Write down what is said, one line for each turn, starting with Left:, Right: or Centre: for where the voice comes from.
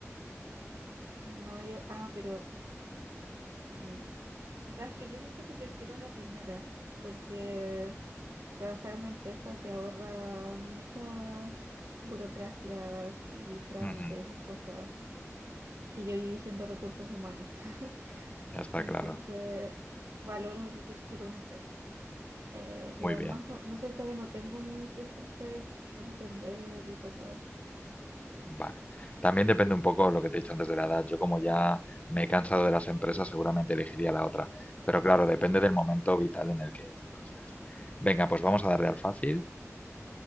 Right: No, yo, ah, pero, mm, o sea, es que yo siento que prefiero la primera porque trabajar en una empresa te ahorra muchas burocracias y trámites
Left: Ujú,
Right: y cosas que yo viví siendo recursos humanos. <laughs>
Left: Ya está
Right: Entonces,
Left: claro.
Right: valoro lo que implica una empresa. Eh, y
Left: Muy
Right: además,
Left: bien.
Right: no, no siento que no tengo muy presentes emprender y cosas así.
Left: Vale. También depende un poco de lo que te he dicho antes de la edad. Yo como ya me he cansado de las empresas, seguramente elegiría la otra. Pero claro, depende del momento vital en el que tú estés. Venga, pues vamos a darle al fácil.